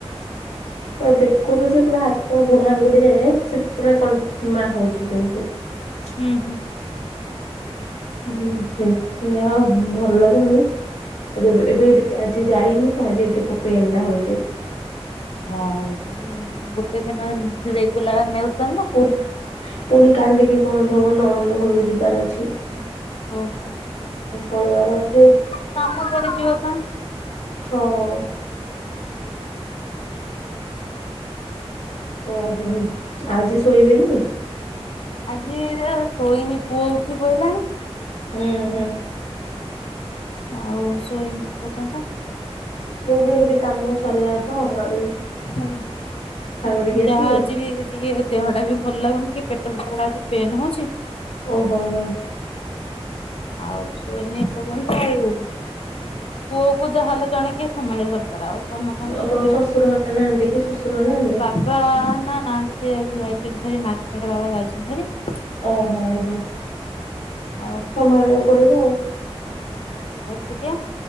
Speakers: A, on the left (about 85°); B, on the left (about 65°).
A: ଆ ଦେଖୁନୁ ସେ ପୁରା ହାତ ବୁଢାଆଙ୍ଗୁଡ଼ି ଯାଏଁ ସେ ପୁରା କନ୍ ମା ହଉଛି ସେମିତି ।
B: ହୁଁ ହୁଁ ।
A: ହୁଁ ସେ ସେୟା ଆଉ । ଭଲ ଲାଗୁନି ଏବେ ଏବେ ଏଠି ଆଜି ଯାଇନି ତ ଆଜି ପେନ୍ ଟା ହଉଚି । ଚି ।
B: ହଁ ଗୋଟେ ଦିନ ଏମିତି ରେଗୁଲାର୍ ନେଉଚ
A: ପୁର୍ ପୁଣି କାଲି ବି ବନ୍ଦ ହବ, ନଣନ୍ଦ ଘରକୁ ଯିବାର ଅଛି ।
B: ଓହୋ।
A: ପଳେଇବାର ଅଛି।
B: <unintelligible> ପା
A: ହଁ। ଓହୋ। ଆଜି ଶୋଇବେନି?
B: ଆଜି ଅ ଶୋଇନି ପୁଅ ଉଠି ପଇଲାଣି।
A: ହୁଁ ହୁଁ ।
B: ଆଉ ଶୋଇନି ଏଇ ପର୍ଯ୍ୟନ୍ତ।
A: ମୁଁ ବି <unintelligible> କାମ ସରିଲା ତ ହ
B: ହୁ ହୁଁ
A: କରିକି ଆସିଲି।
B: ଯାହା ଆଜି ବି ଟିକେ ଦେହ ଟା ବି ଭଲ ଲାଗୁନି ଟିକେ ପେଟ ଫେଟ ଆଜି ପେନ୍ ହଉଚି।
A: ଓହୋ ହୋ ହଁ।
B: ଆଉ ଶୋଇନି ଏପର୍ଯ୍ୟନ୍ତ ଆଉ, ପୁଅକୁ ଯାହାହେଲେ ଜଣେ କିଏ ସମ୍ଭାଳିବା ଦରକାର ଆଉ। ତମେ କଣ
A: ଆପଣଙ୍କ
B: ଶୋଇ
A: ଶ୍ୱଶୁର
B: <unintelligible>
A: ହରିକା ନାହାନ୍ତି କି ଶ୍ୱଶୁର ନାହାନ୍ତି?
B: ବାବା ନା ନାହାନ୍ତି ସେ ଆଜି ଯାଇ <unintelligible> ମାର୍କେଟ୍ ବାବା ଯାଇଛନ୍ତି ହେରି।
A: ଓହୋ ହୋ।
B: ଆଉ
A: ସମ୍ଭାଳିବାକୁ ପଡିବ ଆଉ।
B: ଏକୁଟିଆ।